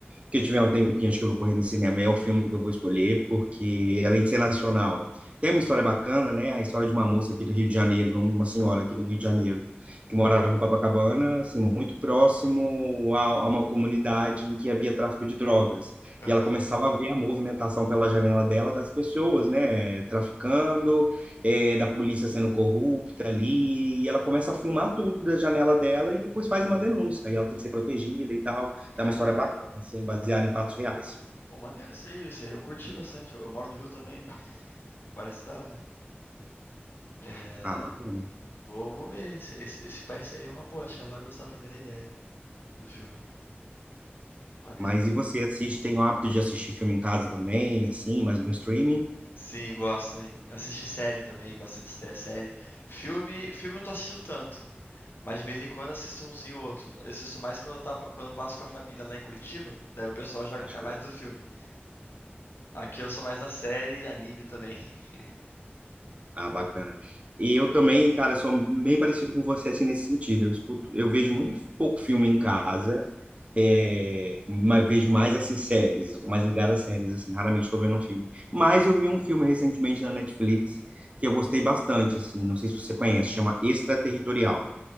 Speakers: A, on the right; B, on the left.
A: que eu tiver um tempinho, acho que eu vou correr no cinema, é o filme que eu vou escolher, porque é além de ser nacional, tem uma história bacana, né? A história de uma moça aqui do Rio de Janeiro, de uma uma senhora aqui do Rio de Janeiro, que morava em Copacabana, assim, muito próximo a, a uma comunidade em que havia tráfico de drogas.
B: Aham.
A: E ela começava a ver a movimentação pela janela dela das pessoas, né, traficando, eh, da polícia sendo corrupta ali, e ela começa a filmar tudo da janela dela e depois faz uma denúncia. E ela tem que ser protegida e tal. Então,
B: Caraca.
A: é uma história assim, baseado em fatos reais.
B: Pô, maneiro isso aí, isso aí. Eu curti bastante. Eu, eu moro no Rio também. Parece da hora. É.
A: Ah, bacana.
B: Vou, vou ver. Esse, esse, esse Spice aí é uma boa. Acho que ela vai gostar também da ideia do filme. Maneiro.
A: Mas e você assiste, tem o hábito de assistir filme em casa também, assim, mas no streaming?
B: Sim, gosto, hein? Assisti série também, bastante ste- série. Filme, filme eu não tô assistindo tanto. Mas de vez em quando assisto umzinho ou outro. Eu assisto mais quando eu tava, quando eu passo com a família lá em Curitiba, daí o pessoal já
A: Acho
B: é mais
A: que...
B: do filme. Aqui eu sou mais da série e anime também. <laughs>
A: Ah, bacana. E eu também, cara, sou bem parecido com você, assim, nesse sentido. Eu escuto, eu vejo muito pouco filme em casa, é, mas vejo mais, assim, séries. Eu tô mais ligado a séries, assim, raramente tô vendo um filme. Mas eu vi um filme recentemente na Netflix que eu gostei bastante, assim, não sei se você conhece, chama Extraterritorial.